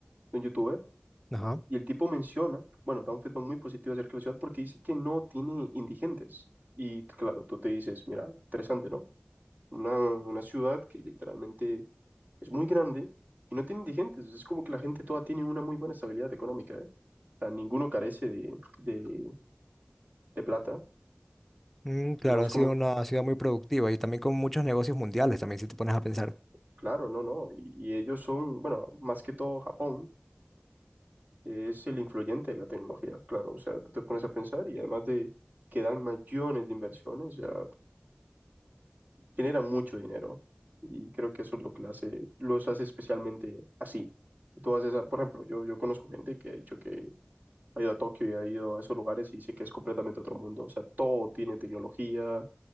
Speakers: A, on the right; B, in the centre.
A: un youtuber
B: Ajá.
A: y el tipo menciona, bueno, da un feedback muy positivo acerca de la ciudad porque dice que no tiene indigentes. Y claro, tú te dices, mira, interesante, ¿no? una, una ciudad que literalmente es muy grande y no tiene indigentes. Es como que la gente toda tiene una muy buena estabilidad económica, ¿eh? O sea, ninguno carece de, de, de plata.
B: Mm, claro,
A: No es
B: ha sido
A: como,
B: una ciudad muy productiva y también con muchos negocios mundiales, también si te pones a pensar.
A: claro, no, no. Y, y ellos son, bueno, más que todo Japón es el influyente de la tecnología, claro. O sea, tú te pones a pensar y además de que dan millones de inversiones, o sea, generan mucho dinero. Y creo que eso es lo que la hace, los hace especialmente así. Tú haces, ah, por ejemplo, yo, yo conozco gente que ha dicho que ha ido a Tokio y ha ido a esos lugares y dice que es completamente otro mundo. O sea, todo tiene tecnología,